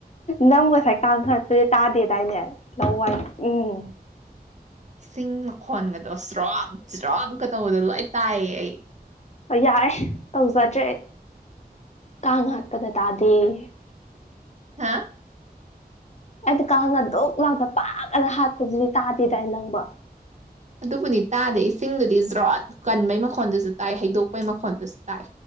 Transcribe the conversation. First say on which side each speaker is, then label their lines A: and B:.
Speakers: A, on the left; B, on the right.
A: ꯅꯪ ꯉꯁꯥꯏ ꯀꯥꯡꯍꯥꯠꯄꯗꯤ ꯇꯥꯗꯦꯗꯥꯏꯅꯦ ꯂꯧ ꯋꯥꯏ ꯎꯝ
B: ꯏꯁꯤꯡ ꯃꯈꯣꯟꯒꯗꯣ ꯆ꯭ꯔꯣꯞ ꯆ꯭ꯔꯣꯞꯀ ꯇꯧꯕꯗꯣ ꯂꯣꯏ ꯇꯥꯏꯌꯦ ꯑꯩ
A: ꯌꯥꯔꯦ ꯇꯧꯖꯗ꯭ꯔꯦ ꯑꯩ ꯀꯥꯡ ꯍꯥꯠꯄꯗ ꯇꯥꯗꯦꯌꯦ
B: ꯍꯥꯥ
A: ꯑꯩꯗꯤ ꯀꯥꯡ ꯑꯗꯨꯛ ꯂꯥꯎꯅ ꯄꯥꯛ ꯑꯥꯅ ꯍꯥꯠꯄꯗꯨꯗꯤ ꯇꯥꯗꯦꯗꯥꯏ ꯅꯪꯕꯣ
B: ꯑꯗꯨꯕꯨꯅꯤ ꯇꯥꯗꯦ ꯏꯁꯤꯡꯗꯨꯗꯤ ꯖ꯭ꯔꯣꯠ ꯀꯟꯕꯩ ꯃꯈꯣꯟꯗꯨꯖꯨ ꯇꯥꯏ ꯍꯩꯗꯣꯛꯄꯩ ꯃꯈꯣꯟꯜꯗꯨꯖꯨ ꯇꯥꯏ